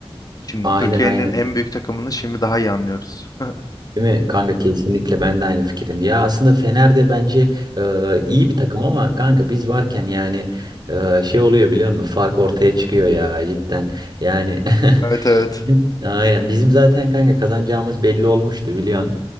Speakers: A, on the left; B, on the right.
A: Şimdi
B: aynen.
A: Türkiye'nin
B: aynen.
A: en büyük takımını şimdi daha iyi anlıyoruz. <laughs>
B: Değil mi? Kanka kesinlikle ben de aynı fikirdim. Ya aslında Fener de bence e, iyi bir takım ama kanka biz varken yani e, şey oluyor biliyor musun? Fark ortaya çıkıyor ya cidden. Yani
A: Evet
B: <laughs>
A: evet.
B: bizim aynen bizim zaten kanka kazanacağımız belli olmuştu biliyorsun.